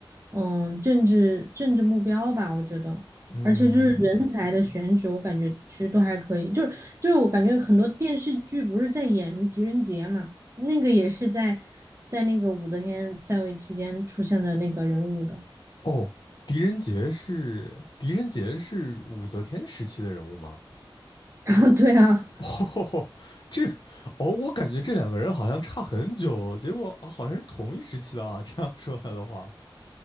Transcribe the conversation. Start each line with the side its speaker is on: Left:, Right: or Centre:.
Right: 嗯政治政治目标吧，我觉得。
Left: 嗯，
Right: 而且就是人才的选举，我感觉其实都还可以。就是就是我感觉很多电视剧不是在演什么狄仁杰嘛，那个也是在在那个武则天在位期间出现的那个人物的。
Left: 哦，狄仁杰是狄仁杰是武则天时期的人物吗？
Right: <laughs> 然后对啊。
Left: <laughs> 哦，这哦，我感觉这两个人好像差很久，结果啊，好像是同一时期的啊。这样说来的话，